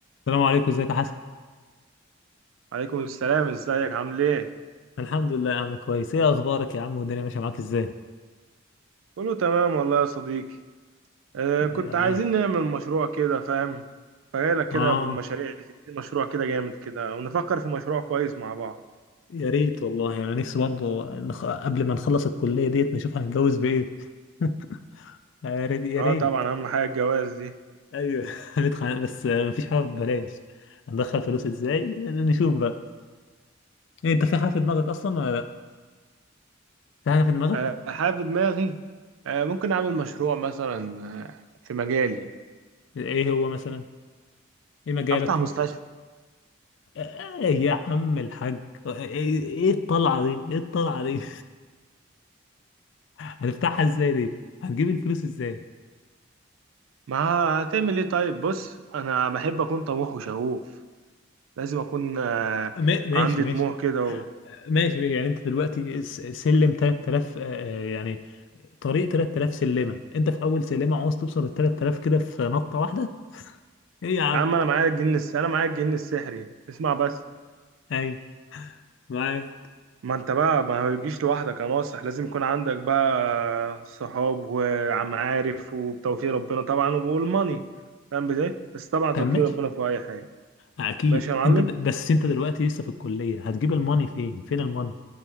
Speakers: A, on the left; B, on the right.
A: السلام عليكم ازيك يا حسن
B: عليكم السلام ازيك عامل ايه
A: الحمد لله يا عم كويس ايه اخبارك يا عم والدنيا ماشيه معاك ازاي
B: كله تمام والله يا صديقي آه
A: يا-
B: كنت عايزين نعمل مشروع كده فاهم فجاي لك كده
A: اه
B: ابو المشاريع تديني مشروع كده جامد كده ونفكر في مشروع كويس مع بعض
A: يا ريت والله انا يعني نفسي برضه نخ... قبل ما نخلص الكليه ديت نشوف هنتجوز بايه <laughs> يا ريت يا
B: اه
A: ريت
B: طبعا اهم حاجه الجواز دي
A: ايوه <laughs> هندخل بس مفيش حاجه ببلاش هندخل فلوس ازاي نشوف بقى إيه انت في حاجه في دماغك اصلا ولا لا في حاجه في دماغك
B: آه حاجه في دماغي آه ممكن اعمل مشروع مثلا آه في مجالي
A: ايه هو مثلا ايه مجالك
B: افتح مستشفى
A: آه يا عم الحاج ايه إيه الطلعه دي ايه الطلعه دي <laughs> هتفتحها ازاي دي هتجيب الفلوس ازاي
B: ما هتعمل ايه طيب بص انا بحب اكون طموح وشغوف لازم اكون آه
A: ما- ماشي
B: عندي
A: ماشي
B: طموح كده و...
A: ماشي ماشي يعني انت دلوقتي س- سلم 3000 آه، آه، يعني طريق 3000 سلمه انت في اول سلمه عاوز توصل ل 3000 كده في نطه واحده ايه يا عم
B: يا عم انا معايا الجن الس... انا معايا الجن السحري اسمع بس
A: ايوه معاك
B: ما انت بقى ما بيجيش لوحدك يا ناصح لازم يكون عندك بقى صحاب وعمعارف وبتوفيق ربنا طبعا والماني فاهم ازاي بس طبعا
A: طب
B: توفيق
A: ماشي
B: ربنا في اي حاجه
A: اكيد
B: ماشي يا معلم
A: انت د- بس انت دلوقتي لسه في الكليه هتجيب الماني فين فين الماني